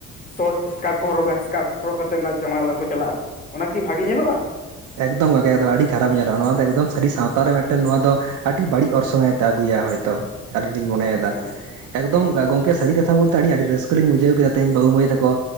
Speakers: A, on the left; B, on the right.
A: ᱥᱚᱴ ᱥᱠᱟᱴ ᱠᱚ ᱦᱚᱨᱚᱜᱟ ᱥᱠᱟᱴ ᱦᱚᱨᱚᱜ ᱠᱟᱛᱮ ᱚᱱᱟ ᱡᱟᱢᱟᱭ ᱚᱲᱟᱜ ᱠᱚ ᱪᱟᱞᱟᱜᱼᱟ ᱚᱱᱟᱠᱤ ᱵᱷᱟᱜᱮ ᱧᱮᱞᱚᱜᱼᱟ?
B: ᱮᱠᱫᱚᱢ ᱜᱚᱝᱠᱮ ᱮᱠᱚᱢ ᱟᱹᱰᱤ ᱠᱷᱟᱨᱟᱯ ᱧᱮᱞᱚᱜᱼᱟ ᱱᱚᱣᱟ ᱫᱚ ᱮᱠᱫᱚᱢ ᱥᱟᱹᱨᱤ ᱥᱟᱶᱛᱟ ᱨᱮ ᱢᱤᱫᱴᱮᱱ ᱱᱚᱣᱟ ᱫᱚ ᱟᱹᱰᱤ ᱵᱟᱹᱲᱤᱡ ᱚᱨᱥᱚᱝ ᱟᱹᱜᱩᱭᱟ ᱦᱚᱭ ᱛᱚ ᱟᱞᱤᱧ ᱞᱤᱧ ᱢᱚᱱᱮᱭ
A: ᱮᱠᱫᱚᱢ
B: ᱫᱟ᱾ ᱮᱠᱫᱚᱢ
A: ᱦᱮᱸ
B: ᱥᱟᱹᱨᱤ ᱠᱟᱛᱷᱟ ᱵᱚᱞᱛᱮ ᱟᱹᱰᱤ ᱟᱹᱰᱤ ᱨᱟᱹᱥᱠᱟᱹ ᱞᱤᱧ ᱵᱩᱡᱟᱹᱣ ᱠᱮᱫᱟ ᱛᱮᱦᱮᱧ ᱵᱟᱹᱵᱩ ᱢᱟᱹᱭ ᱛᱮᱠᱚ